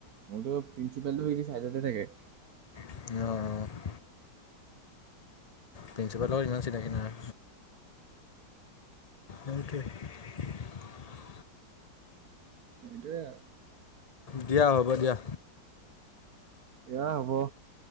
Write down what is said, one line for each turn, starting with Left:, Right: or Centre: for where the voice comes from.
Right: মোৰতো প্ৰিন্ঞ্চিপালটো সে চাইডতে থাকে।
Left: অঁ অঁ প্ৰিন্সিপালৰ ইমান চিনাকী নাই। মৌখে <unintelligible>
Right: সেইটোৱে আৰু।
Left: দিয়া হ'ব দিয়া।
Right: দিয়া হ'ব,